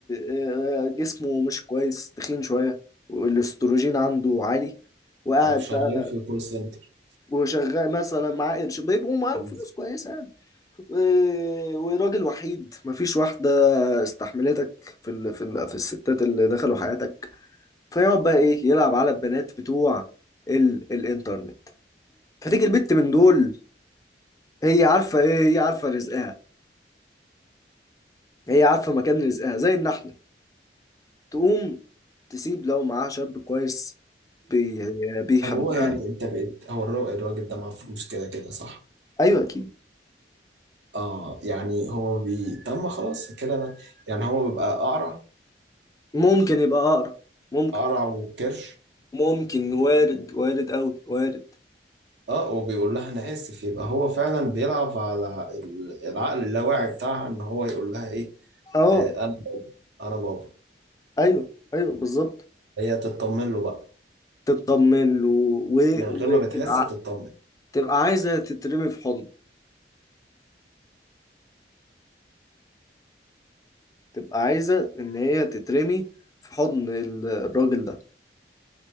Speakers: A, on the left; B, on the right.
A: آه، آه، جسمه مش كويس تخين شويه والاستروجين عنده عالي وقاعد
B: آه، شغال
A: بقى
B: في كول سنتر
A: وشغال مثلا معاه قرش بيبقوا معاهم
B: انجليزي
A: فلوس كويسه يعني و- وراجل وحيد مفيش واحدة استحملتك في ال... في ال... في الستات اللي دخلوا حياتك فيقعد بقى ايه يلعب على البنات بتوع ال... الانترنت فتيجي البت من دول هي عارفة ايه هي عارفة رزقها هي عارفة مكان رزقها زي النحلة تقوم تسيب لو معاها شاب كويس بي... بيحبها
B: طب هو يعني انت بقيت هو الرا- الراجل ده معاه فلوس كده كده صح
A: ايوه اكيد
B: اه يعني هو بي طب ما خلاص كده انا يعني هو بيبقى اقرع
A: ممكن يبقى اقرب ممكن
B: قرع وكرش
A: ممكن وارد وارد قوي وارد
B: اه وبيقول لها انا اسف يبقى هو فعلا بيلعب على ال- العقل اللاواعي بتاعها ان هو يقول لها ايه
A: اه
B: آه انا انا بابا
A: ايوه ايوه بالظبط
B: هي تطمن له بقى
A: تطمن له و...
B: من غير
A: وتبقى
B: ما بتحس بتطمن
A: تبقى عايزة تترمي في حضنه تبقى عايزة إن هي تترمي في حضن ال- الراجل ده